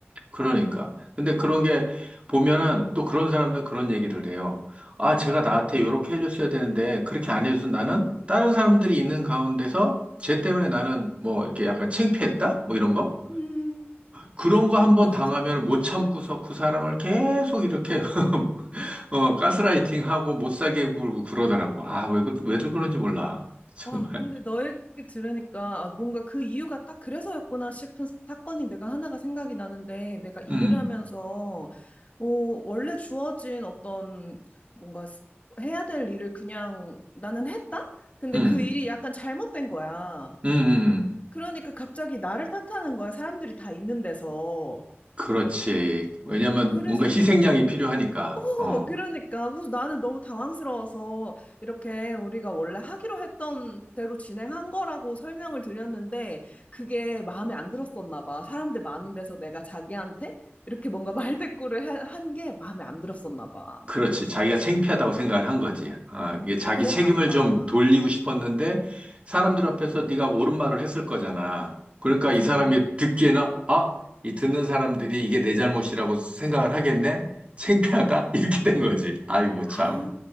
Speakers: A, on the right (about 30°); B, on the left (about 35°).
A: 그러니까. 근데 그런 게 보면은 또 그런 사람들은 그런 얘기를 해요. 아, 제가 나한테 요렇게 해줬어야 되는데 그렇게 안 해줘서 나는 다른 사람들이 있는 가운데서 쟤 때문에 나는 뭐 이렇게 약간 창피했다? 뭐 이런 거?
B: 음,
A: 그런 거 한 번
B: 맞아.
A: 당하면 못 참고서 그 사람을 계속 이렇게 <laughs> 어, 가스라이팅하고 못 살게 굴고 그러더라고. 아, 왜, 그- 왜들 그런지 몰라. <laughs> 정말.
B: 와, 근데 너 얘기 들으니까 아, 뭔가 그 이유가 딱 그래서였구나 싶은 사건이 내가 하나가 생각이 나는데 내가 일을
A: 음,
B: 하면서 어, 원래 주어진 어떤 뭔가 스- 해야 될 일을 그냥 나는 했다? 근데
A: 음,
B: 그 일이 약간 잘못된 거야.
A: 음, 음. 음.
B: 그러니까 갑자기 나를 탓하는 거야. 사람들이 다 있는 데서.
A: 그렇지. 왜냐면
B: 그래서,
A: 뭔가 희생양이 필요하니까.
B: 어,
A: 어.
B: 그러니까. 그래서 나는 너무 당황스러워서 이렇게 우리가 원래 하기로 했던 대로 진행한 거라고 설명을 드렸는데 그게 마음에 안 들었었나 봐. 사람들 많은 데서 내가 자기한테 이렇게 뭔가 <laughs> 말대꾸를 한 게 마음에 안 들었었나 봐.
A: 그렇지. 자기가 창피하다고 생각을 한 거지. 아, 이게 자기
B: 그랬나
A: 책임을
B: 보다.
A: 좀 돌리고 싶었는데 사람들 앞에서 네가 옳은 말을 했을 거잖아. 그러니까
B: 그치.
A: 이 사람이 듣기에는 아, 이 듣는 사람들이 이게 내 잘못이라고 생각을 하겠네? 창피하다? <laughs> 이렇게 된 거지. 아이고 참.
B: 아,